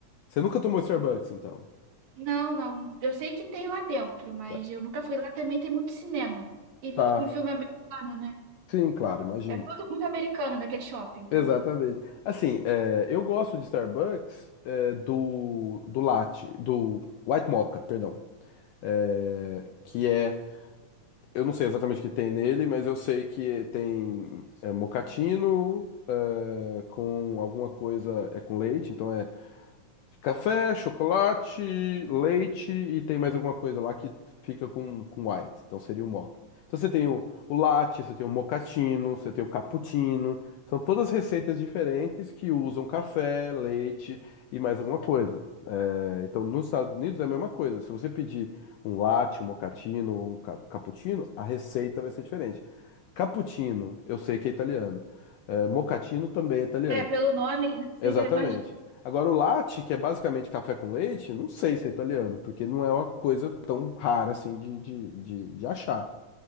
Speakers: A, on the left; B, on the right.
A: Você nunca tomou Starbucks, então?
B: Não, não. Eu sei que tem lá dentro, mas
A: Tá.
B: eu nunca fui lá. Também tem muito cinema. E
A: Tá.
B: com filme americano, né?
A: Sim, claro, imagino.
B: É tudo muito americano naquele shopping, então.
A: Exatamente. Assim, é, eu gosto de Starbucks é, do, do latte, do White Mocha, perdão. É, que é, eu não sei exatamente o que tem nele, mas eu sei que tem é, mocatino é, com alguma coisa, é com leite, então é Café, chocolate, leite e tem mais alguma coisa lá que fica com, com white. Então seria o mocha. Então você tem o, o latte, você tem o mocatino você tem o cappuccino. São todas receitas diferentes que usam café, leite e mais alguma coisa. É, Então nos Estados Unidos é a mesma coisa. Se você pedir um latte, um mocatino ou um ca- cappuccino, a receita vai ser diferente. Cappuccino, eu sei que é italiano. É, mochaccino também é italiano.
B: É, pelo nome, <laughs> você
A: Exatamente.
B: já imagina.
A: Agora, o latte, que é basicamente café com leite, não sei se é italiano, porque não é uma coisa tão rara assim de, de, de, de achar.